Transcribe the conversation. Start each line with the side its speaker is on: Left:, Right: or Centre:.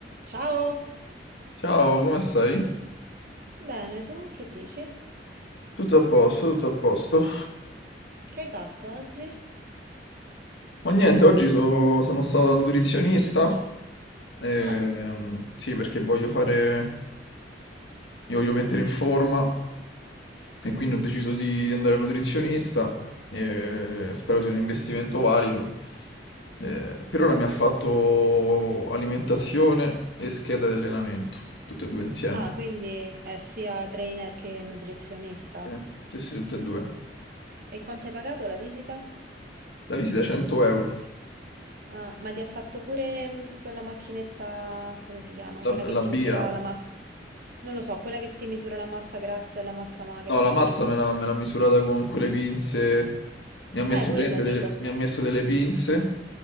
Right: Ciao!
Left: Ciao, come stai?
Right: Bene, tu che dici?
Left: Tutto a posto, tutto a posto.
Right: Che hai fatto oggi?
Left: Ma niente, oggi so- sono stato da nutrizionista. ehm,
Right: Ah,
Left: sì, perché voglio fare, mi voglio mettere in forma e quindi
Right: mhm.
Left: ho deciso di, di andare al nutrizionista. e spero sia un investimento valido. Eh, per ora mi ha fatto alimentazione e scheda di allenamento, tutte e due insieme.
Right: Ah, quindi è sia trainer che nutrizionista.
Left: Sì, sì, sì, tutte e due.
Right: E quanto hai pagato la visita?
Left: La visita 100 euro.
Right: Ah, ma ti ha fatto pure mm, quella macchinetta, come si chiama?
Left: La,
Right: Quella che
Left: la
Right: ti
Left: BIA.
Right: misura la massa. Non lo so, quella che ti misura la massa grassa e la massa magra.
Left: No, la massa me l'ha me l'ha misurata con quelle pinze. Mi ha messo,
Right: Eh, quella
Left: praticamente delle,
Right: dico.
Left: mi ha messo delle pinze